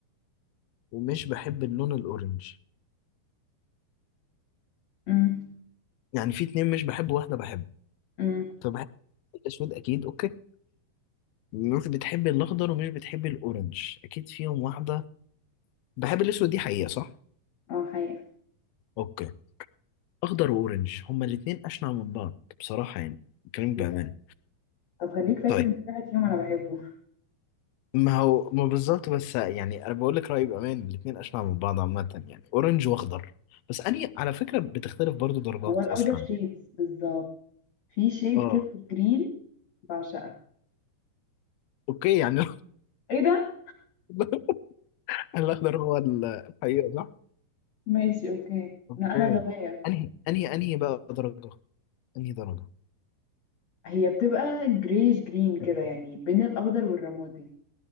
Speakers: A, on the left (about 85°); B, on the left (about 50°).
A: ومش بحب اللون الاورنج
B: امم
A: يعني في اتنين مش بحب واحدة بحب
B: امم
A: فبحب الاسود اكيد اوكي مش بتحب الاخضر ومش بتحب الاورنج اكيد فيهم واحدة بحب الاسود دي حقيقة صح
B: اه حقيقة
A: اوكي اخضر واورنج هما الاتنين اشنع من بعض بصراحة يعني كلامك
B: إيه
A: بأمانة
B: ده؟ طب خليك فاكر
A: طيب
B: إن في واحد فيهم أنا بحبه
A: ما هو ما بالظبط بس يعني انا بقول لك رايي بامان الاثنين اشنع من بعض عامه يعني اورنج واخضر بس اني على فكره بتختلف برضو درجات
B: هو الأخضر
A: اصلا
B: شيدز
A: يعني
B: بالظبط في شيد
A: اه
B: كده جرين بعشقها
A: اوكي يعني
B: ايه ده؟
A: <laughs> الاخضر هو ال- الحقيقه صح
B: ماشي اوكي
A: اوكي
B: لا انا غبية
A: انهي انهي انهي بقى درجه انهي درجه
B: هي بتبقى جريش جرين كده يعني بين الاخضر والرمادي